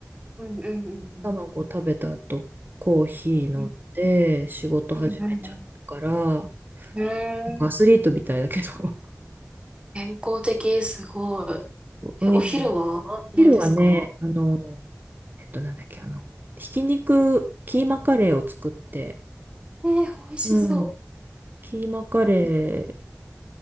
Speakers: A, on the right; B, on the right.
A: うんうんうん
B: 卵食べた後、コーヒー飲んで仕事始めちゃったから、
A: うんうんうんうん
B: な
A: うん。
B: んかアスリートみたいだけど。
A: 健康的、すごい。
B: <laughs> うん。
A: え、お昼は何ですか
B: <laughs> 昼はね、あの、えっと、なんだっけ、あの、ひき肉、キーマカレーを作って、
A: えー、美味しそ
B: うん。キーマカレー、